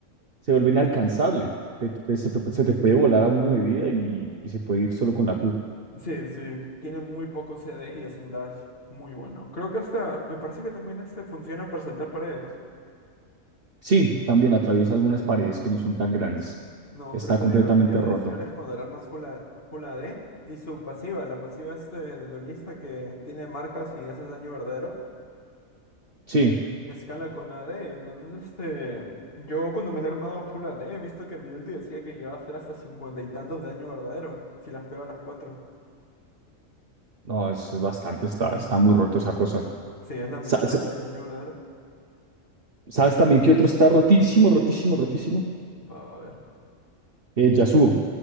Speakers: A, on the right (about 50°); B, on the left (about 45°).
A: se vuelve inalcanzable. Te- te- se, te se te puede volar a uno de vida y, y se puede ir solo con la Q.
B: Sí, sí, tiene muy poco CD y es un dash muy bueno. Creo que hasta, me parece que también este funciona para saltar paredes.
A: Sí, también atraviesa algunas paredes que no son tan grandes.
B: No,
A: Está
B: pero lo
A: completamente
B: divertido
A: roto.
B: de Fiora es cuando el arma es full, A- full AD y su pasiva, la pasiva este de duelista que tiene marcas y haces daño verdadero,
A: Sí,
B: escala con AD. Entonces, este, yo cuando me la he armado full AD he visto que mi ulti decía que iba a hacer hasta cincuenta y tantos de daño verdadero si las pego a las cuatro.
A: no, es bastante, está, está muy roto esa cosa.
B: Sí, es la mitad
A: Sa- sa-
B: de la vida de daño verdadero.
A: ¿Sabes también qué otro está rotísimo, rotísimo, rotísimo?
B: Va, va a ver.
A: Eh, Yasuo.